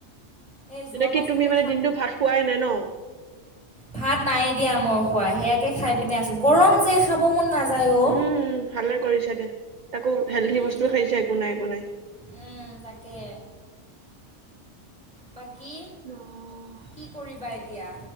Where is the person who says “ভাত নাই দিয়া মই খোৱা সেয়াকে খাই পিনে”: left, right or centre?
Centre